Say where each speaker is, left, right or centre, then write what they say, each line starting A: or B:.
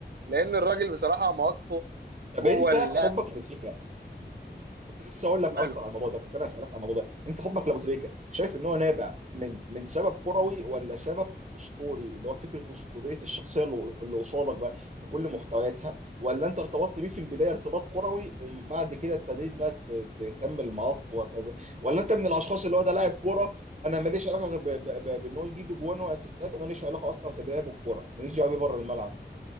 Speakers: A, on the right; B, on the right.
A: لان الراجل بصراحه مواقفه
B: طب
A: جوه
B: انت
A: اللعب
B: حبك لبوتيكا كنت لسه اقول لك
A: ماله
B: اصلا على الموضوع ده كنت انا اسالك على الموضوع ده انت حبك لابو تريكه شايف ان هو نابع من من سبب كروي ولا سبب اسطوري اللي هو فكره اسطوريه الشخصيه اللي اللي قصادك بقى بكل محتوياتها ولا انت ارتبطت بيه في البدايه ارتباط كروي ومن بعد كده ابتديت بقى ت- تهتم بالمواقف وهكذا ولا انت من الاشخاص اللي هو ده لاعب كوره انا ماليش علاقه غير ب- ب- ب- بان هو يجيب جوان واسيستات وماليش علاقه اصلا غير بلعب الكوره ماليش دعوه بيه بره الملعب